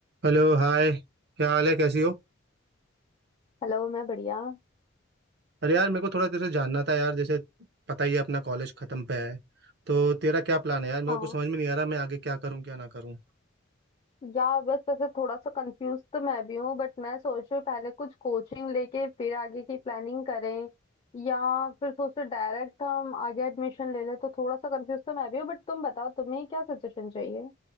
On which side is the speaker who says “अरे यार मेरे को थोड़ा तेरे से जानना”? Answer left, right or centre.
Right